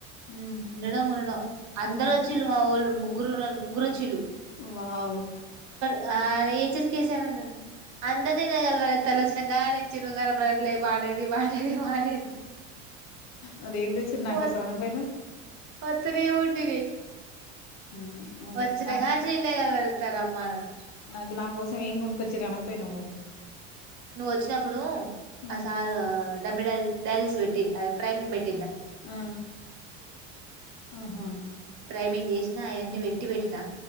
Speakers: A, on the left (about 45°); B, on the right (about 50°).
A: మ్
B: నిన్ననో మొన్ననో అందరు
A: మ్
B: వచ్చిలు మా వోళ్ళు ముగ్గురునారు ముగ్గురు వచ్చిల్లు
A: వావ్
B: ఆ ఆయన ఏచేసికిసనన్నాడు అందరినీ నేగలవర్ తనొచ్చినగానుంచి నువ్వు కనపడట్లే బామ్మెది బామ్ హు హూ మరిది
A: మరి ఏం తెచ్చిరు నా
B: ఓచ్
A: కోసం అనకపోయినవ్
B: వత్తనే ఊంటిది
A: మ్ అదే
B: వచ్చిన
A: నా
B: గాంచి ఇడ్నె కదా తరమ్మ అంట
A: అది నా కోసం ఏం కొనుకొచ్చిరూ అనపోయినావ మరి
B: నువ్వు వచ్చినప్పుడు
A: మ్
B: ఆ సార్ డమిడ డైల్స్ పెట్టి ప్రైమ్ పెట్టి
A: ఆ ఆహా
B: నేను చేసిన అవన్నీ పెట్టి పెట్టినా